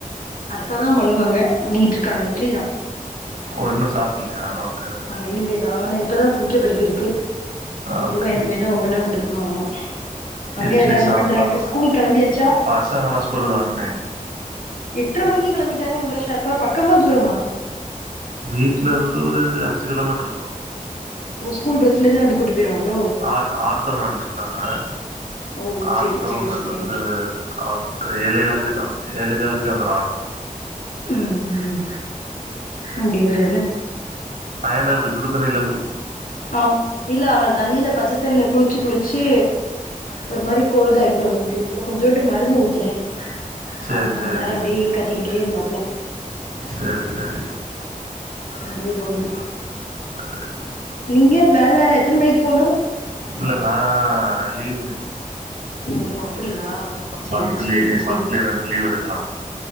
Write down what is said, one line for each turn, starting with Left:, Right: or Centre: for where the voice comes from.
Left: அத்தெதா பண்ணுவாங்க பண்ணிக்கிட்ருக்காங்க இட்லிதா
Right: ஒன்னு சாப் நே ஓகே ஓகே
Left: ஆமா இனிமே தான் அவன ஆமா இப்பதான் குளிக்கப்படுத்திருக்கு மெதுவா
Right: ஓகே
Left: இனிமேதான்
Right: இட்
Left: ஒவ்வொன்னா குடுக்கணு ஆமா அங்க
Right: இட்லி
Left: எல்லா என்ன
Right: சாம்பாருங்களா
Left: பண்றாங்க ஸ்கூல் கிளம்பியாச்சா
Right: பசங்கல்லா ஸ்கூலுக்கு கெளம்பிட்டாய்ங்க
Left: எட்ற மணிக்கே கிளம்பிட்டாங்க இவ்ளோ ஷார்பா பக்கமா தூரமா
Right: வீட்ல வந்து ஒரு அஞ்சு கிலோமீட்டர் இருக்கும்
Left: ஸ்கூல் பஸ்லேந்து வந்து கூட்டு பொய்ருவாங்ளோ
Right: ஆட் ஆட்டோமேன் ருக்காங்க
Left: ஓ
Right: ஆட்டோமேன்
Left: சேரி சேரி சேரி
Right: வந்து அவுங்க ஏழே ஹாலுக்கே ஏழே ஹாலுக்கே வந்துரும் ஆட்டோ
Left: ம் அப்டி ஒரு
Right: பயன இப்டி ஸூடு தண்ணில குழிக்
Left: ஆம் இல்ல அவன் தண்ணில பச்சத்தண்ல குளிச்சு குளிச்சீ ஒரு மாரி கோல்ட் ஆயிட்டு அவனுக்கு இப்ப கொஞ்சோண்டு மருந்து ஊத்துனே
Right: சரி
Left: ஆனா கொஞ்ச
Right: சரி
Left: நேரம் அப்டீ கத்திகிட்டே இருந்தாப்ல
Right: சரி சரி
Left: அப்டியே போகுது
Right: <inaudible>
Left: நீங்க வேல எத்தன மணிக்கு போணு
Right: இல்ல நா லீவு
Left: ஓ அப்டியா செரி
Right: மந்த்லி
Left: செரி செரி
Right: மந்த்லி ரெண்டு லீவு எடுக்கலாம்